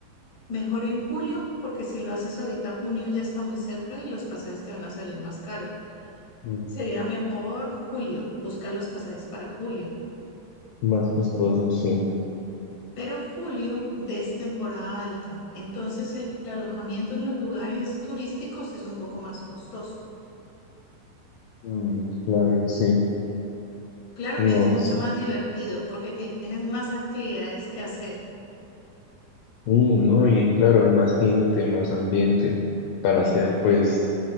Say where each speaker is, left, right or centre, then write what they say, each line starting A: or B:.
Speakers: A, on the left (about 65°); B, on the left (about 80°).
A: mejor en julio, porque si lo haces ahorita, junio ya está muy cerca y los pasajes te van a salir más caros.
B: Mm.
A: Sería mejor julio, buscar los pasajes para julio.
B: más costoso, sí.
A: Pero julio es temporada alta, entonces el alojamiento en los lugares turísticos es un poco más costoso.
B: Mm, claro, sí.
A: Claro
B: No,
A: que es mucho
B: sí.
A: más divertido porque tienes más actividades que hacer.
B: Mm, no, y claro, hay más gente, más ambiente para hacer pues